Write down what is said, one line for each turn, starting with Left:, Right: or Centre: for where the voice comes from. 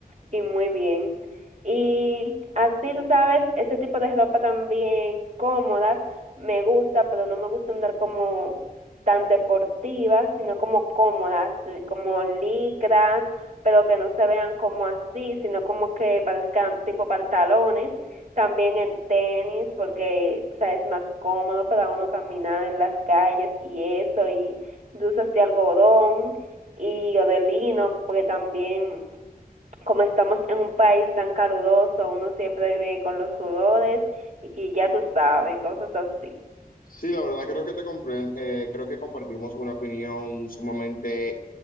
Right: y muy bien. Y así, tú sabes, ese tipo de ropa también cómodas me gusta, pero no me gusta andar como tan deportivas, sino como cómodas, eh, como licras, pero que no se vean como así, sino como que parezcan tipo pantalones. También en tenis, porque o sea, es más cómodo para uno caminar en las calles y eso, y dulces de algodón y o de lino, porque también como estamos en un país tan caluroso, uno siempre vive con los sudores y ya tú sabes, cosas así.
Left: Sí, la verdad creo que te compren- eh, creo que compartimos una opinión sumamente